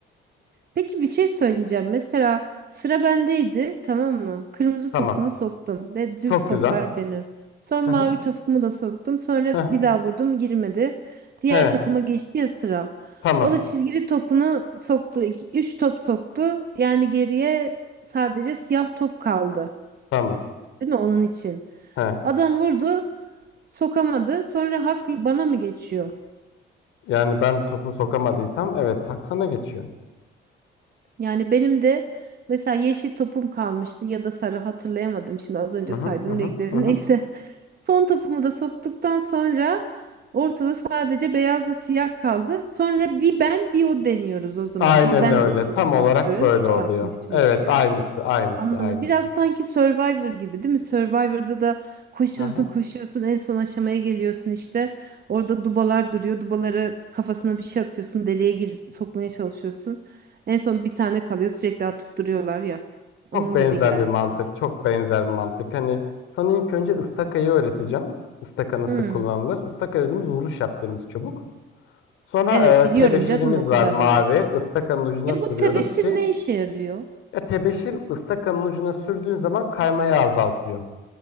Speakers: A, on the right; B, on the left.
A: Peki bir şey söyleyeceğim. Mesela sıra bendeydi, tamam mı? Kırmızı
B: Tamam.
A: topumu soktum ve düz
B: Çok
A: toplar
B: güzel.
A: beni. Sonra
B: Hı
A: mavi
B: hı.
A: topumu da soktum. Sonra
B: Hı hı.
A: bir daha vurdum, girmedi. Diğer
B: He.
A: takıma geçti ya sıra.
B: Tamam.
A: O da çizgili topunu soktu. İki, üç top soktu. Yani geriye sadece siyah top kaldı.
B: Tamam.
A: Değil mi onun için?
B: He.
A: Adam vurdu, sokamadı. Sonra hak bana mı geçiyor?
B: Yani ben topu sokamadıysam evet hak sana geçiyor.
A: Yani benim de mesela yeşil topum kalmıştı ya da sarı hatırlayamadım şimdi az önce
B: Hı hı
A: saydığım
B: hı hı.
A: renkleri
B: hı hı.
A: neyse. <laughs> Son topumu da soktuktan sonra ortada sadece beyazla siyah kaldı. Sonra bir ben bir o deniyoruz o zaman.
B: Aynen
A: Bir ben
B: öyle.
A: atmaya
B: Tam
A: çalışıyorum,
B: olarak böyle
A: bir o
B: oluyor.
A: atmaya çalışıyor.
B: Evet aynısı aynısı
A: Anladım.
B: aynısı.
A: Biraz sanki Survivor gibi değil mi? Survivor'da da koşuyorsun
B: Hı hı.
A: koşuyorsun en son aşamaya geliyorsun işte. Orada dubalar duruyor. Dubalara kafasına bir şey atıyorsun. Deliğe gir sokmaya çalışıyorsun. En son bir tane kalıyor. Sürekli atıp duruyorlar ya.
B: Çok
A: Onun
B: benzer
A: gibi geldi
B: bir mantık.
A: bana.
B: Çok benzer bir mantık. Hani sana ilk önce ıstakayı öğreteceğim. Istaka nasıl
A: Hmm.
B: kullanılır? Istaka dediğimiz vuruş yaptığımız çubuk. Sonra
A: Evet biliyorum
B: e, tebeşirimiz
A: canım o kadarını.
B: var mavi. Istakanın ucuna
A: Ya
B: sürüyoruz
A: bu tebeşir
B: ki
A: ne işe yarıyor?
B: ya tebeşir ıstakanın ucuna sürdüğün zaman kaymayı azaltıyor.